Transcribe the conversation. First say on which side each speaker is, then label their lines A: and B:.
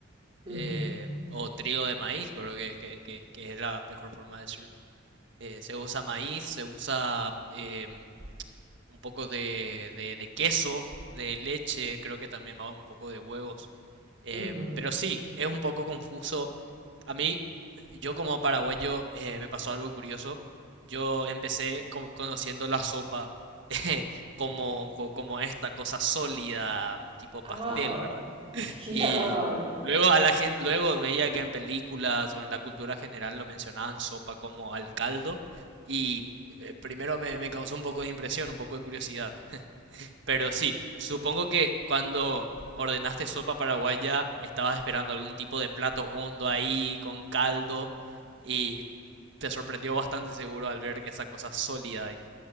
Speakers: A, on the right; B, on the right.
A: Ujú,
B: eh, o trigo de maíz, creo que, que- que- que es la mejor forma de decirlo. Eh, se usa maíz, se usa eh, un poco de, de- de queso, de leche, creo que también va un poco de huevos. Em,
A: ujú.
B: pero sí, es un poco confuso. A mí, yo como paraguayo, eh, me pasó algo curioso. Yo empecé co- conociendo la sopa <laughs> como, co- como esta cosa sólida, tipo
A: Ah,
B: pastel, ¿verdad?
A: <laughs> claro.
B: Y luego a la gente, luego veía que en películas o en la cultura general lo mencionaban sopa como al caldo. Y eh, primero me, me causó un poco de impresión, un poco de curiosidad. Pero sí, supongo que cuando ordenaste sopa paraguaya, estabas esperando algún tipo de plato hondo ahí, con caldo, y te sorprendió bastante seguro al ver esa cosa sólida ahí.